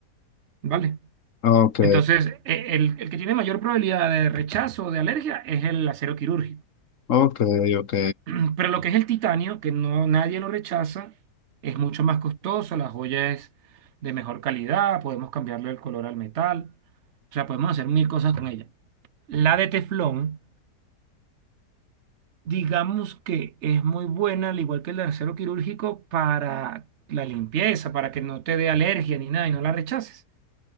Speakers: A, on the right (about 60°); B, on the left (about 50°).
A: ¿vale?
B: Ok,
A: Entonces, e- el, el que tiene mayor probabilidad de rechazo o de alergia es el acero quirúrgico.
B: ok, ok.
A: <clears throat> Pero lo que es el titanio, que no nadie lo rechaza, es mucho más costoso, la joya es de mejor calidad, podemos cambiarle el color al metal, o sea, podemos hacer mil cosas con ella. La de teflón, digamos que es muy buena, al igual que el de acero quirúrgico, para la limpieza, para que no te dé alergia ni nada y no la rechaces.